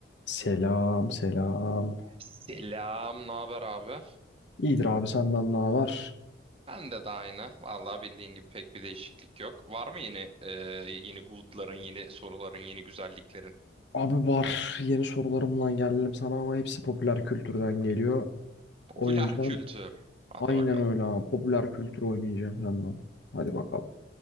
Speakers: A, on the left; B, on the right.
A: Selam selam.
B: Selam, ne haber abi?
A: İyidir abi senden ne var?
B: Ben de de aynı. Vallahi bildiğin gibi pek bir değişiklik yok. Var mı yeni e, yeni good'ların, yeni soruların, yeni güzelliklerin?
A: Abi var yeni sorularımla geldim sana ama hepsi popüler kültürden geliyor.
B: <laughs> Popüler
A: O yüzden
B: kültür. Hadi
A: aynen
B: bakalım.
A: öyle abi popüler kültür oynayacağım yandan. Hadi bakalım.